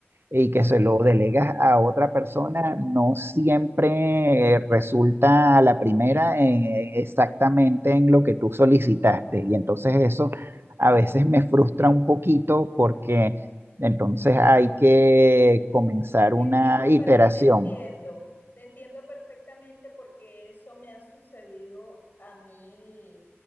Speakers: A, on the right; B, on the left.
A: y que se lo delegas a otra persona, no siempre eh, resulta a la primera eh, exactamente en lo que tú solicitaste. Y entonces eso a veces me frustra un poquito porque entonces hay que comenzar
B: Te
A: una
B: entiendo,
A: iteración.
B: pero te entiendo, te entiendo perfectamente porque eso me ha sucedido a mí